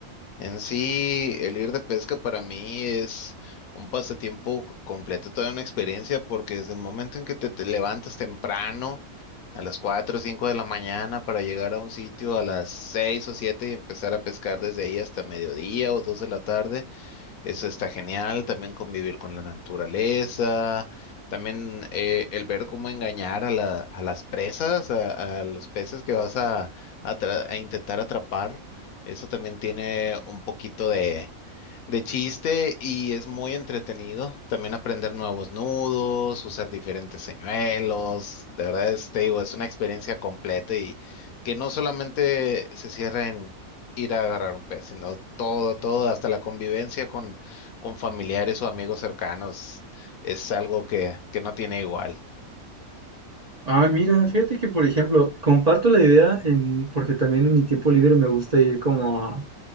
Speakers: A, on the left; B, on the right.
A: En sí, el ir de pesca para mí es un pasatiempo completo, toda una experiencia, porque desde el momento en que te, te levantas temprano, a las 4 o 5 de la mañana, para llegar a un sitio a las 6 o 7 y empezar a pescar desde ahí hasta mediodía o 2 de la tarde, eso está genial, también convivir con la naturaleza, también eh, el ver cómo engañar a la- a las presas, a, a los peces que vas a, a tra- a intentar atrapar. Eso también tiene un poquito de chiste y es muy entretenido. También aprender nuevos nudos, usar diferentes señuelos. De verdad, es, te digo, es una experiencia completa y que no solamente se cierra en ir a agarrar un pez, sino todo, todo, hasta la convivencia con, con familiares o amigos cercanos es algo que, que no tiene igual.
B: Ah, mira, fíjate que, por ejemplo, comparto la idea en, porque también en mi tiempo libre me gusta ir como